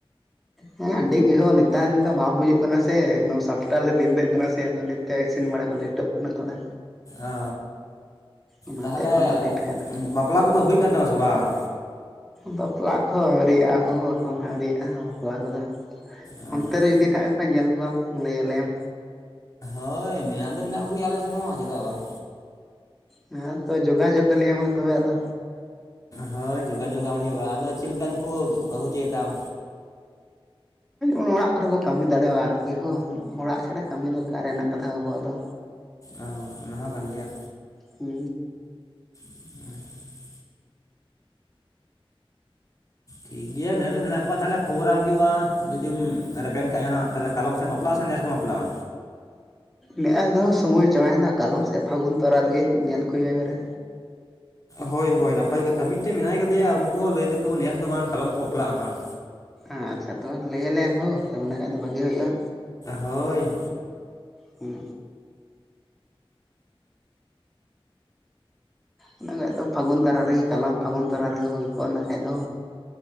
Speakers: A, in the centre; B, on the left.
A: ᱦᱮᱸ ᱟᱹᱰᱤ ᱜᱮᱦᱚᱸ ᱱᱮᱛᱟᱨ ᱫᱚ ᱵᱟᱝ ᱵᱩᱡᱩᱜ ᱠᱟᱱᱟ ᱥᱮ ᱮᱠᱫᱚᱢ ᱥᱟᱛᱴᱟ ᱞᱮ ᱨᱤᱫᱟᱹᱜ ᱠᱟᱱᱟ ᱥᱮ ᱟᱫᱚ ᱱᱤᱛᱚᱜ ᱤᱥᱤᱱ ᱵᱟᱲᱟ ᱠᱚᱞᱮ ᱯᱷᱴᱚᱜ ᱠᱟᱱᱟ ᱛᱷᱚᱲᱟ
B: ᱚ
A: ᱚᱱᱟᱛᱮ
B: ᱛᱟᱦᱚᱞᱮ
A: ᱮᱠᱷᱚᱱ ᱫᱚ ᱞᱮᱴ ᱠᱟᱱᱟ
B: ᱵᱟᱯᱞᱟ ᱠᱚᱫᱚ ᱦᱩᱭ ᱟᱠᱟᱱ ᱛᱟᱢᱟ ᱥᱮ ᱵᱟᱝ?
A: ᱵᱟᱯᱞᱟ ᱠᱚᱦᱚᱸ ᱟᱹᱣᱨᱨᱤᱜᱼᱟ ᱦᱩ ᱮᱠᱷᱚᱱ ᱟᱹᱣᱨᱤᱜᱼᱟ ᱵᱟᱯᱞᱟ ᱠᱚᱫᱚ
B: ᱚ
A: ᱚᱱᱛᱮ ᱨᱮ ᱡᱩᱫᱤ ᱦᱮᱱᱟᱜ ᱠᱚᱣᱟ ᱧᱮᱞ ᱠᱚᱣᱟᱢ ᱞᱟᱹᱭᱟᱞᱮᱭᱢ
B: ᱦᱳᱭ ᱢᱮᱱᱟᱜ ᱫᱚ ᱢᱮᱱᱟᱜ ᱠᱚᱜᱮᱭᱟ ᱟᱞᱮ ᱥᱮᱱ ᱦᱚᱸ ᱪᱮᱫᱟᱜ ᱵᱟᱝ
A: ᱦᱮᱸ ᱛᱚ ᱡᱳᱜᱟᱡᱳᱜᱽ ᱟᱞᱤᱧ ᱢᱟ ᱛᱚᱵᱮ ᱟᱫᱚ
B: ᱦᱳᱭ ᱡᱳᱜᱟᱡᱳᱜᱟᱢ ᱦᱩᱭᱩᱜᱼᱟ ᱟᱫᱚ ᱪᱮᱫ ᱞᱮᱠᱟᱱ ᱠᱚ ᱵᱟᱹᱦᱩ ᱪᱟᱹᱭᱮᱫᱟᱢ?
A: ᱚᱲᱟᱜ ᱠᱚᱨᱮ ᱠᱚ ᱠᱟᱹᱢᱤ ᱫᱟᱲᱮᱭᱟᱜᱼᱟ ᱟᱨᱠᱤ ᱦᱚᱸ ᱚᱲᱟᱜ ᱪᱷᱟᱲᱟ ᱠᱟᱹᱢᱤ ᱫᱚ ᱚᱠᱟᱨᱮᱱᱟᱜ ᱠᱟᱫᱟᱷᱟ ᱟᱵᱚᱣᱟᱜ ᱫᱚ
B: ᱚ ᱚᱱᱟ ᱦᱚ ᱠᱟᱱ ᱜᱮᱭᱟ
A: ᱦᱩ
B: ᱦᱮᱸ <inaudible> ᱴᱷᱤᱠ ᱜᱮᱭᱟ ᱢᱮᱱᱟᱜ ᱫᱚ ᱢᱮᱱᱟᱜ ᱠᱚᱣᱟ ᱛᱟᱦᱚᱞᱮ ᱠᱷᱚᱵᱚᱨᱟᱢ ᱦᱩᱭᱩᱜᱼᱟ ᱡᱩᱫᱤᱢ ᱨᱮᱵᱮᱱ ᱪ ᱦᱜ ᱛᱟᱦᱚᱞᱮ ᱠᱟᱞᱚᱢ ᱵᱟᱯᱞᱟ ᱥᱮ ᱱᱮᱥᱮᱢ ᱵᱟᱯᱞᱟᱼᱟ?
A: ᱢᱮᱫᱼᱦᱚ ᱨᱮᱦ ᱥᱚᱢᱚᱭ ᱪᱟᱵᱟᱭᱮᱱᱟ ᱠᱟᱞᱚᱢ ᱥᱮᱫ ᱯᱷᱟᱹᱜᱩᱱ ᱛᱚᱨᱟ ᱨᱮᱜᱮ ᱧᱮᱞ ᱠᱚ-ᱟᱭ ᱵᱟᱨᱮ
B: ᱦᱳᱭ ᱦᱳᱭ ᱱᱟᱯᱟᱭ ᱠᱟᱛᱷᱟ ᱢᱤᱫᱴᱮᱱ ᱢᱮᱱᱟᱭ ᱠᱟᱫᱮᱭᱟ ᱩᱱᱠᱩ ᱦᱚᱸ ᱞᱟᱹᱭ ᱛᱟᱠᱚ ᱱᱮᱥ ᱫᱚ ᱵᱟᱝ ᱠᱟᱞᱚᱢ ᱠᱚ ᱵᱟᱯᱞᱟᱜᱼᱟ ᱦᱟᱸᱜ
A: ᱟᱪᱪᱷᱟ ᱛᱚᱵᱮ ᱞᱟᱹᱭᱟᱞᱮ ᱮᱢᱦ <unintelligible> ᱠᱷᱟᱡ ᱫᱚ ᱵᱷᱟᱜᱤ ᱦᱩᱭᱩᱜᱼᱟ
B: ᱦᱳᱭ
A: ᱦᱮᱸ ᱤᱱᱟ ᱠᱷᱟᱱᱡ ᱫᱚ ᱯᱷᱟᱹᱜᱩᱱ ᱛᱟᱨᱟ ᱨᱮᱜᱮ ᱠᱟᱞᱟᱢ ᱯᱷᱟᱹᱜᱩᱱ ᱛᱟᱨᱟ ᱨᱮᱜᱮ ᱦᱩᱭ ᱠᱚᱜᱼᱟ ᱤᱱᱟᱹ ᱠᱷᱟᱡ ᱫᱚ